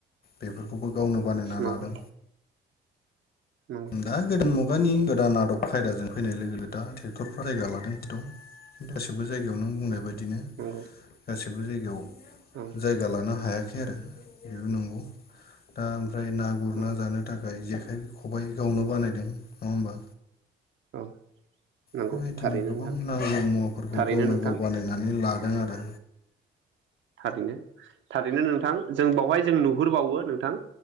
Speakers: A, on the left; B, on the right.
A: बेफोरखौबो गावनो बानायना
B: नंगौ
A: लादों।
B: नंगौ
A: दा गोदो माव खुगानि गोदान आदब खायदाजों फैनाय लोगो लोगो दा ट्रेक्टरफ्रा जायगा लागासिनो दं। गासिबो जायगायाव नों बुंनाय बायदिनो
B: नंगौ।
A: गासिबो जायगायाव
B: औ
A: जाय गा लानो हायाखै आरो बेबो नंगौ दा ओमफ्राय ना गुरना
B: औ
A: जानो थाखाय जेखाइ खबाइ गावनो बानायदों नङा ओमबा?
B: औ नंगौ
A: बेबायदिनो
B: थारैनो
A: गोबां
B: नोंथां
A: नांगौ मुवाफोरखौ
B: थारैनो
A: गावनो
B: नोंथां
A: गाव बानायनानै माने लादों आरो।
B: थारैनो थारैनो नोंथां जों बावहाय जों नुहुरबावो नोंथां